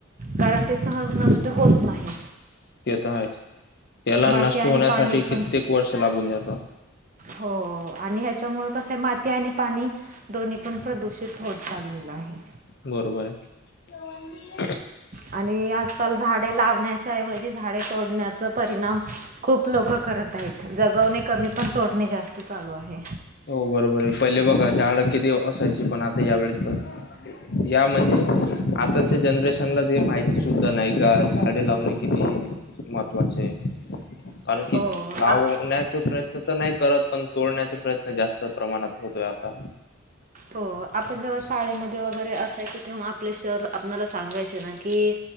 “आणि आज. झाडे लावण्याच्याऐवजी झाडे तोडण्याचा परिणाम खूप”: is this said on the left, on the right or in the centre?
Right